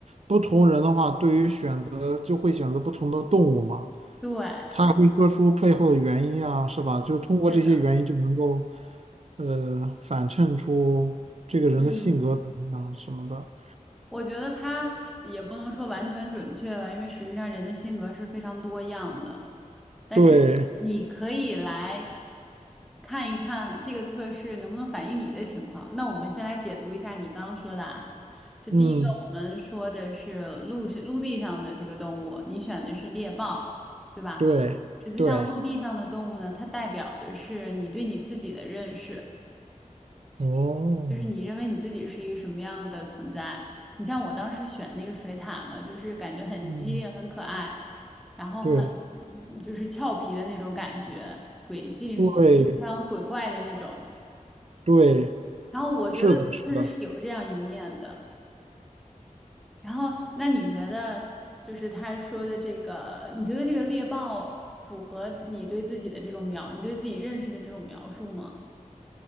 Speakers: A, on the right (about 55°); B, in the centre.
A: 不同人的话，对于选择就会选择不同的动物嘛。
B: 对，
A: 可以说出背后的原因啊，是吧？就是通过这些原因就能够，
B: 是的，
A: 呃，反衬出这个人的性格怎么样什么的。
B: 嗯。我觉得它也不能说完全准确吧，因为实际上人的性格是非常多样的。但是你可以来
A: 对，
B: 看一看这个测试能不能反映你的情况。那我们先来解读一下你刚刚说的啊，就第一个我们说的是陆是陆地上的这个动物，
A: 嗯，
B: 你选的是猎豹，对吧？
A: 对，
B: 实际上，
A: 对，
B: 陆地上的动物呢，它代表的是你对你自己的认识。
A: 哦，
B: 就是你认为你自己是一个什么样的存在？你像我当时选那个水獭嘛，就是感觉很机灵、
A: 嗯，
B: 很可爱，然后很嗯就是俏皮的那种感觉，
A: 对，
B: 鬼机灵就是非常鬼怪的那种。
A: 对，对，
B: 然后我觉得我确实是有这样一面的。
A: 是的，是的。
B: 然后那你觉得就是他说的这个，你觉得这个猎豹符合你对自己的这种描，你对自己认识的这种描述吗？